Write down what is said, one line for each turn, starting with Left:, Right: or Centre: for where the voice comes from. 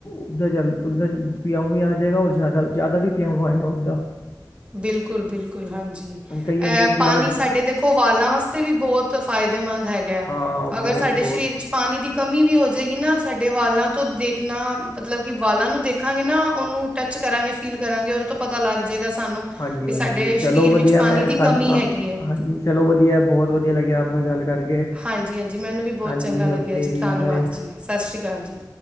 Left: ਉੱਧਰ ਜਲ ਉੱਧਰ ਪਿਆਉਊਂ ਵੀ ਆ ਜਾਵੇਗਾ ਔਰ ਜ਼ਿਆਦਾ ਜ਼ਿਆਦਾ ਵੀ ਪਊਂ ਆਏਗਾ ਉੱਦਾਂ।
Right: ਬਿਲਕੁਲ ਬਿਲਕੁਲ ਹਾਂਜੀ
Left: ਕਈ ਹੁੰਦੇ ਇੱਕ
Right: ਪਾਣੀ
Left: ਗਿਲਾਸ
Right: ਸਾਡੇ ਦੇਖੋ ਖਵਾਲਾਂ ਵਾਸਤੇ ਵੀ ਬਹੁਤ ਫਾਇਦੇਮੰਦ ਹੈਗਾ ਹੈ
Left: ਹਾਂ
Right: ਅਗਰ
Left: ਬਹੁਤ
Right: ਸਾਡੇ
Left: ਬਹੁਤ
Right: ਸਰੀਰ 'ਚ ਪਾਣੀ ਦੀ ਕਮੀ ਵੀ ਹੋ ਜਾਵੇਗੀ ਨਾ ਸਾਡੇ ਵਾਲਾਂ ਤੋਂ ਦੇਖਣਾ ਮਤਲਬ ਕਿ ਵਾਲਾਂ ਨੂੰ ਦੇਖਾਂਗੇ ਨਾ ਉਹਨੂੰ ਟੱਚ ਕਰਾਂਗੇ ਫੀਲ ਕਰਾਂਗੇ ਉਹਦੇ ਤੋਂ ਪਤਾ ਲੱਗ ਜਾਵੇਗਾ ਸਾਨੂੰ
Left: ਹਾਂਜੀ
Right: ਵੀ
Left: ਹਾਂਜੀ
Right: ਸਾਡੇ
Left: ਚਲੋ
Right: ਸਰੀਰ
Left: ਵਧੀਆ
Right: ਵਿੱਚ ਪਾਣੀ
Left: ਮੈਂ
Right: ਦੀ
Left: ਸਾਨ
Right: ਕਮੀ ਹੈਗੀ ਹੈ।
Left: ਹਾਂਜੀ। ਚਲੋ ਵਧੀਆ ਬਹੁਤ ਵਧੀਆ ਲੱਗਿਆ ਆਪ ਨਾਲ ਗੱਲ ਕਰਕੇ।
Right: ਹਾਂਜੀ ਹਾਂਜੀ ਮੈਨੂੰ ਵੀ ਬਹੁਤ
Left: ਹਾਂਜੀ
Right: ਚੰਗਾ ਲੱਗਿਆ
Left: ਓਕੇ
Right: ਜੀ ਧੰਨਵਾਦ
Left: ਬਾਏ
Right: ਜੀ ਸਤਿ ਸ਼੍ਰੀ ਅਕਾਲ ਜੀ।